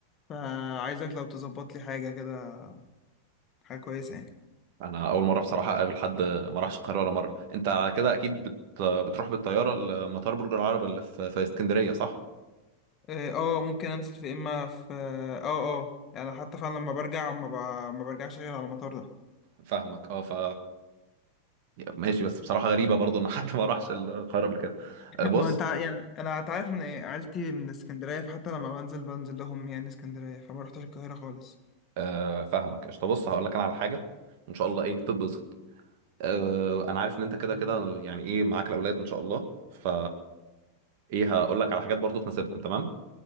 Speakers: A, on the left; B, on the right.
A: فعايزك لو تظبط لي حاجة كده حاجة كويسة يعني
B: انا اول مره بصراحه اقابل حد ما راحش القاهره ولا مره انت على كده اكيد بت... بتروح بالطياره لمطار برج العرب اللي في, في اسكندريه صح
A: اه آه، ممكن انزل في اما في اه اه آه، يعني حتى فعلا لما برجع ما, ب... ما برجعش غير على المطار ده
B: فاهمك اه ف ماشي بس بصراحه غريبه برضو ان <laughs> حد ما راحش القاهره قبل كده آه، بص
A: ما انت ع- يعني انا انت عارف ان عيلتي من اسكندريه فحتى لما بنزل بنزل لهم يعني اسكندريه فما رحتش القاهره خالص
B: آه، فاهمك قشطه بص هقول لك انا على حاجه ان شاء الله ايه تتبسط آه، انا عارف ان انت كده
A: جميل.
B: كده يعني ايه معاك الاولاد ان شاء الله ف ايه هقول لك على حاجات برضو تناسبهم تمام